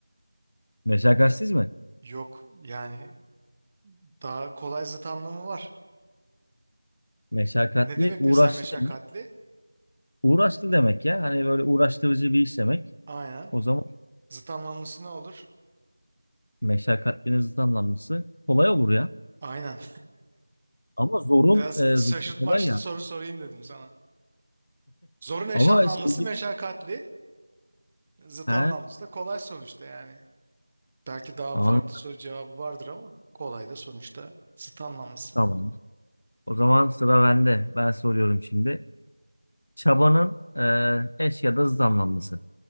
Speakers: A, on the left; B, on the right.
A: Meşakkatsiz mi?
B: Yok yani daha kolay zıt anlamı var.
A: Meşakkatli
B: Ne demek
A: uğraşlı
B: mesela meşakkatli?
A: demek. Uğraşlı demek ya. Hani böyle uğraştırıcı bir iş demek.
B: Aynen.
A: O zaman
B: Zıt anlamlısı ne olur?
A: meşakkatlinin zıt anlamlısı kolay olur ya.
B: Aynen.
A: Ama zorun
B: Biraz
A: e,
B: şaşırtmaçlı
A: zıttı kolay ya.
B: soru sorayım dedim sana. Zorun eş
A: Ama
B: anlamlısı
A: şey gibi.
B: meşakkatli. Zıt
A: He,
B: anlamlısı da kolay sonuçta yani. Belki daha
A: anladım.
B: farklı soru cevabı vardır ama kolay da sonuçta zıt anlamlısı.
A: Tamam. O zaman sıra bende. Ben soruyorum şimdi. Çabanın e, eş ya da zıt anlamlısı.